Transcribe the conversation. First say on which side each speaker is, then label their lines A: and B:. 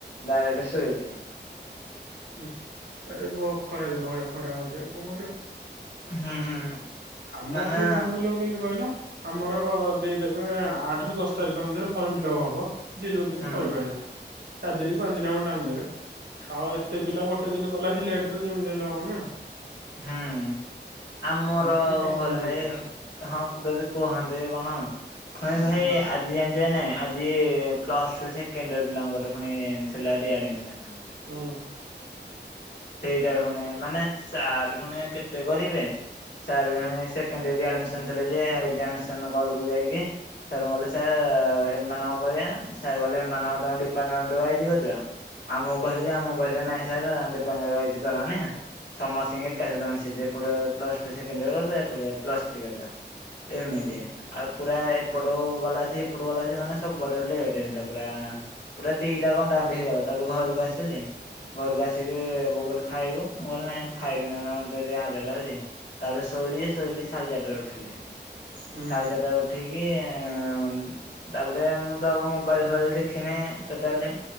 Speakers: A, on the left (about 75°); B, on the right (about 70°).
A: ଡାଇରେକଟେ ଶୋଇଲି।
B: ହୁଁ ଆରେ ବ ଖରା ଦିନ ଭଳିଆ ଖରା ହଉଚି ଆଉ କଣ କରିବ?
A: ହୁଁ।
B: ଆମସିକ
A: ମାନେ
B: ଫର୍ମୁଲାକୁ କେମିତି କହିଲ? ଆମର ଦେଇଦେବେ ଆଠ ରୁ ଦଶ ତାରିଖ ଭିତରେ ଫର୍ମ ଫିଲପ ହବ। ଯି ଯୋଉ ଦିନ
A: ହୁଁ
B: କରିପାରିଲା। ଚାରି ଦିନ କି ପାଞ୍ଚ ଦିନ ଆମ ଟାଇମ୍ ଦେବେ। ଆଉ ଏତେ ପିଲା ଗୋଟେ ଦିନ କଲେ ସେ ଲେଟ୍ ତ ଯେମିତି ହେଲେ ହବ ନା।
A: ହଁ। ଆମର
B: ଆମକୁ ସେ ଟାଇମ
A: କଁ କଇଲ
B: ଦେଇ ଦଉଥିଲେ।
A: ଭାଇ ହଁ ପଦେ ଅଧେ କୁହନ୍ତେ କି କଣ ଫୁଣି
B: ହୁଁ
A: ଭାଇ ଆଜି ଜାଣି ଯେ ନାଇଁ ଆଜି ପ୍ଲସ୍ ଟୁ ସେକେଣ୍ଡ ଇୟର ପିଲାଙ୍କର ପୁଣି ଥିଲା ରି ଆଡ଼ମିସନ୍।
B: ହୁଁ।
A: ସେଇଟା ପୁଣି ମାନେ ସାର୍ ପୁଣି କେତେ କରିବେ? ସାର୍ ପୁଣି ସେକେଣ୍ଡ ଇୟର ରି ଆଡମିସନ ଥିଲା ଯେ, ଏକ୍ଜାମିନେସନ ହଲ କୁ ଯାଇକି ସାରଙ୍କୁ କହିଲି ସାର୍ ଏମାନଙ୍କ କରିବା ସାର୍ କହିଲଲେ ଏମାନଙ୍କ ତାଙ୍କ ଡିପାର୍ଟମେଣ୍ଟ ୱାଇଜ କରିଦିଅ। ଆମକୁ
B: ହୁଁ
A: କହିଲେ ଯେ ଆମକୁ କହିଲେ ନାଇଁ ସାର୍ ଡିପାର୍ଟମେଣ୍ଟ ୱାଇଜ କରନି ସମସ୍ତିଙ୍କି ଏକା ସହିତ ମିଶେଇଦିଅ ଏପଟେ ପ୍ଲସ୍ ଟୁ ସେକେଣ୍ଡ ଇୟର କରିଦ ଏପଟେ ପ୍ଲ ଥ୍ରୀ କରିଦିଅ ଏମିତିି।
B: ହୁଁ
A: ଆଉ ପୁରା ଏପଟୁ ଗଲା ସି ଏପଟୁ ଗଲା ସି ମାନେ ସବୁ ଆଡୁ ଲେଟ ହେଲା ପୁରା। ପୁରା ଦିଟା କଣ୍ଟା କଣ୍ଟି ହେଇଗଲା ତାପରେ ଘରକୁ ଆସିଲି ଘରକୁ ଆସିକି। ଏ ବୋଉ କଇଲା ଖାଇବୁ? ମୁ କଲି ନାଇଁ ଖାଇବନି ମତେ ଟିକେ ହାଲିଆ ଲାଗୁଚି। ତାପରେ ଶୋଇିଲି ସେ ଶୋଇିଲଲି ସାଢେ ଚାରିଟାରେ ଉଠିଲି।
B: ହୁଁ
A: ସାଢେ ଚାରିଟା ରେ ଉଠିକି ତାପରେ ମୁଁ ତ ଆଉ ମୋବାଇଲ ଫୋବାଇଲ ଦେଖିନି ଟୋଟାଲି।